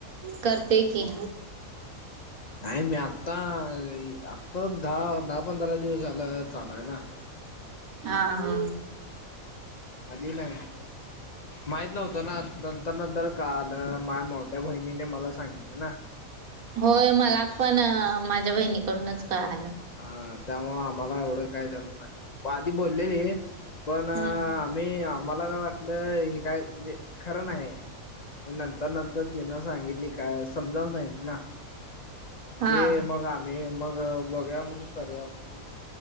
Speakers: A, on the right; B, on the left.
A: करते की
B: नाही मी आत्ता आता दहा दहा पंधरा दिवस झाला चालूय ना
A: हा हा
B: आधी नाही माहीत नव्हतं ना आता नंतर काल माझ्या मोठ्या बहिणीने मला सांगितले ना
A: होय मला पण माझ्या बहिणीकडूनच कळालं
B: हा त्यामुळं आम्हाला एवढं काय त्यातलं माहित नव्हतं पण आधी बोललेली पण आम्ही
A: हम्म
B: आम्हाला काय वाटलं हे काय म्हणजे खरं नाही आहे नंतर नंतर तिनं सांगितली काय समजावून सांगितले ना
A: हा
B: ते मग आम्ही मग बघूया म्हणून करूया म्हणून